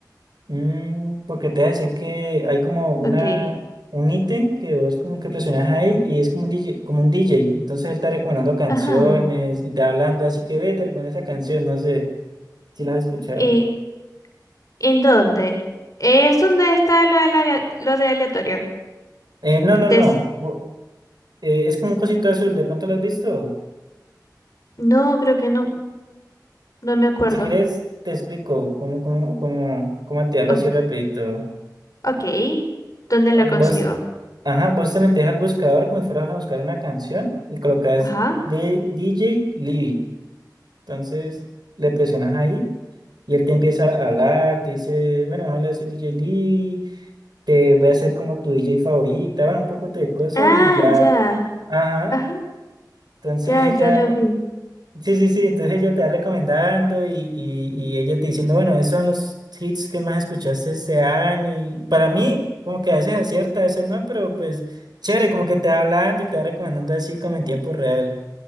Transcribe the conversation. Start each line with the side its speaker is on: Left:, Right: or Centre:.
Right: Mm, porque te voy a decir que hay como una,
Left: Ok.
Right: un ítem que vos como que presionas ahí y es como un DJ, como un DJ. Entonces él está recomendando canciones
Left: Ajá.
Right: y te va hablando, así que ve, te recomiendo esa canción, no sé si la has escuchado.
Left: Eh, ¿en dónde? Es donde está lo del alea- lo de aleatorio.
Right: Eh, no,
Left: Que
Right: no,
Left: te,
Right: no. bo- eh, es como un cosito azul, ¿de pronto lo has visto?
Left: No, creo que no. No me acuerdo.
Right: Si quieres, te explico cómo, cómo, cómo, cómo activarlo
Left: O-
Right: así rapidito.
Left: ok. ¿Dónde
Right: Eh,
Left: lo consigo?
Right: Vos, ajá, vos te metes al buscador como si fueras a buscar una canción y colocas
Left: Ajá.
Right: de DJ Libby. Entonces le presionas ahí y él te empieza a hablar, te dice, bueno, hola, soy DJ Lee, te voy a hacer como tu DJ favorita, bueno, un poco de cosas
Left: Ah,
Right: y ya,
Left: ya.
Right: ajá,
Left: Ajá.
Right: entonces
Left: Ya,
Right: ella,
Left: ya lo vi.
Right: sí, sí, sí, entonces ella te va recomendando y, y, y ella te diciendo, bueno, esos son los hits que más escuchaste este año y para mí como que a veces acierta, a veces no, pero pues chévere, como que te va hablando y te va recomendando así como en tiempo real.